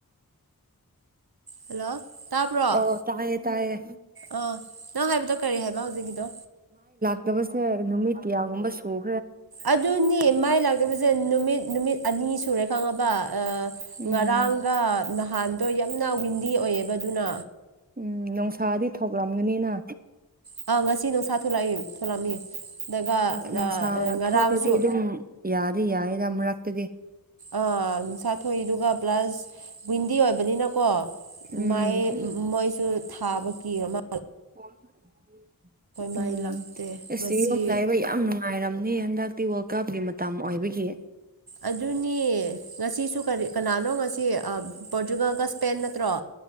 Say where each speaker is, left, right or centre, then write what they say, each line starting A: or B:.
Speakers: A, on the right (about 80°); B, on the right (about 25°).
A: ꯍꯜꯂꯣ ꯇꯥꯕ꯭ꯔꯣ
B: ꯑꯣ ꯇꯥꯍꯌꯦ ꯇꯥꯍꯌꯦ
A: ꯑꯥ ꯅꯪ ꯍꯥꯏꯕꯗꯣ ꯀꯔꯤ ꯍꯥꯏꯕ ꯍꯧꯖꯤꯛꯀꯤꯗꯣ
B: ꯗꯕꯁꯦ ꯅꯨꯃꯤꯠ ꯀꯌꯥꯒꯨꯝꯕ ꯁꯨ
A: ꯑꯗꯨꯅꯤ ꯃꯥꯏ ꯂꯥꯛꯇꯕꯁꯦ ꯅꯨꯃꯤꯠ ꯅꯨꯃꯤꯠ ꯑꯅꯤ ꯁꯨꯔꯦ ꯈꯪꯉꯕ ꯑ
B: ꯎꯝ
A: ꯉꯔꯥꯡꯒ ꯅꯍꯥꯟꯗꯣ ꯌꯥꯝꯅ ꯋꯤꯟꯗꯤ ꯑꯣꯏꯌꯦꯕ ꯑꯗꯨꯅ
B: ꯎꯝ ꯅꯨꯡꯁꯥꯗꯤ ꯊꯣꯛꯂꯝꯒꯅꯤꯅ
A: ꯑ ꯉꯁꯤ ꯅꯨꯡꯁꯥ ꯊꯣꯛꯂꯛꯏꯝ ꯊꯣꯛꯂꯝꯃꯤ ꯑꯗꯨꯒ
B: ꯑ ꯅꯨꯡꯁꯥ
A: ꯉꯔꯥꯡꯁꯨ
B: ꯊꯣꯛꯔꯗꯤ ꯑꯗꯨꯝ ꯌꯥꯗꯤ ꯌꯥꯌꯦꯗ ꯃꯔꯛꯇꯗꯤ
A: ꯑꯥ ꯅꯨꯡꯁꯥ ꯊꯣꯛꯏꯗꯨꯒ ꯄ꯭ꯂꯁ ꯋꯤꯟꯗꯤ ꯑꯣꯏꯕꯅꯤꯅꯀꯣ
B: ꯎꯝ
A: ꯃꯥꯏ ꯃꯣꯏꯁꯨ ꯊꯥꯕ ꯀꯤꯔ ꯃꯥ
B: <unintelligible>
A: ꯃꯥꯏ
B: ꯎꯝ
A: ꯂꯥꯛꯇꯦ
B: ꯑꯁ
A: ꯉꯁꯤ
B: ꯌꯨꯝ ꯂꯩꯕ ꯌꯥꯝ ꯅꯨꯡꯉꯥꯏꯔꯝꯅꯤ ꯍꯟꯗꯛꯇꯤ ꯋꯥꯔꯜ ꯀꯞꯒꯤ ꯃꯠ ꯇꯝ ꯑꯣꯏꯕꯒꯤ
A: ꯑꯗꯨꯅꯤ ꯉꯁꯤꯁꯨ ꯀꯔꯤ ꯀꯅꯥꯅꯣ ꯉꯁꯤ ꯑ ꯄꯣꯔꯇꯨꯒꯜꯒ ꯁ꯭ꯄꯦꯟ ꯅꯠꯇ꯭ꯔꯣ